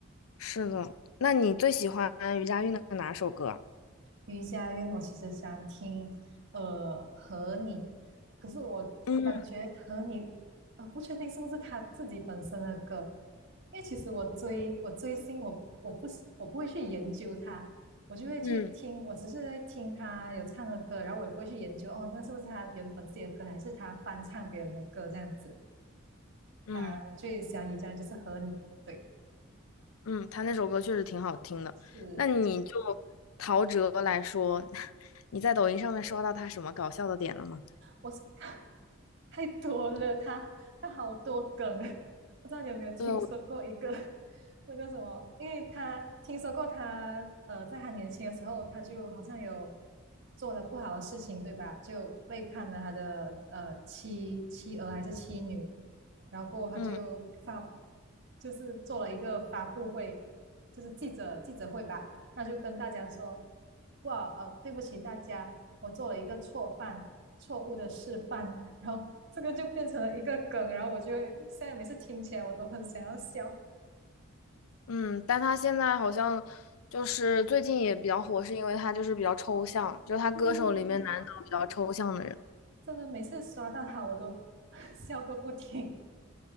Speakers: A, on the left; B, on the right.
A: 是的，那你最喜欢于佳韵的哪首歌？
B: 瑜伽音，因为我其实想听呃和你，可是我感觉和你呃不确定是不是他自己本身的歌，
A: 嗯
B: 因为其实我追我追星，我我不是我不会去研究他，我就会去听，
A: 嗯
B: 我只是在听他有唱的歌，然后我也不会去研究哦，那是不是他原本自己的歌，还是他翻唱别人的歌这样子。
A: 嗯
B: 当然，我最想瑜伽就是和你，对，
A: 嗯，他那首歌确实挺好听的。
B: 是。
A: 那你就陶喆来说，<laughs> 你在抖音上面刷到他什么搞笑的点了吗？
B: 我 <laughs> 太多了，他他好多梗啊，<laughs> 不知道你有没有听说过一个
A: 对，我
B: <laughs> 那个什么？因为他听说过他呃，在他年轻的时候，他就好像有做了不好的事情，对吧？就背叛了他的呃妻妻儿还是妻女，然后过后他就发布，
A: 嗯
B: 就是做了一个发布会，就是记者记者会吧，那就跟大家说，哇呃，对不起大家，我做了一个错犯，错误的示范，<laughs> 然后这个就变成了一个梗，然后我就现在每次听起来我都很想要笑，
A: 嗯，但他现在好像就是最近也比较火，是因为他就是比较抽象，就是他歌手里面难得比较抽象的人。
B: 嗯，真的每次刷到他我都 <laughs> 笑个不停，